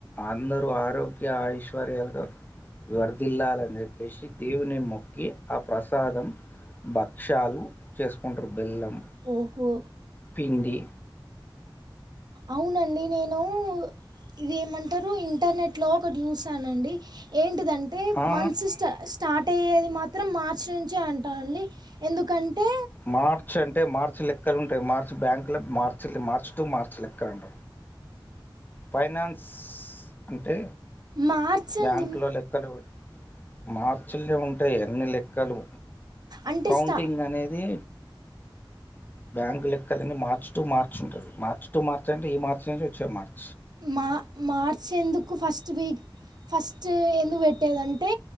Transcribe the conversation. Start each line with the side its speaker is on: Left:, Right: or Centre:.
Left: అందరూ ఆరోగ్య ఐశ్వర్యాలు వర్ధిల్లాలనిచెప్పేసి దేవుని మొక్కి ఆ ప్రసాదం భక్ష్యాలు చేసుకుంటరు బెల్లం
Right: ఓహో
Left: పిండి
Right: అవునండి నేను ఇది ఏమంటారు ఇంటర్నెట్లో ఒకటి చూసానండి ఏంటిదంటే
Left: ఆ
Right: మన్సిస్టస్ స్టార్ట్ అయ్యేది మాత్రం మార్చి నుంచే అంట అండి ఎందుకంటే
Left: మార్చ్ అంటే మార్చి లెక్కలుంటాయి మార్చి బ్యాంకుల మార్చి మార్చి టు మార్చి లెక్కండి ఫైనాన్స్ అంటే
Right: మార్చ్
Left: బ్యాంకులో
Right: అండి
Left: లెక్కలు మార్చుల్లే ఉంటాయ్ అన్ని లెక్కలు
Right: అంటే
Left: కౌంటింగ్
Right: స్టా
Left: అనేది బ్యాంకు లెక్కలన్ని మార్చచ్ టూ మార్చ్ ఉంటాయ్ మార్చ్ టు మార్చ్ అంటే ఈ మార్చ్ నుంచి వచ్చే మార్
Right: మా మార్చ్ ఎందుకు ఫస్ట్ వీక్ ఫస్ట్ ఎందుకు పెట్టేదంటే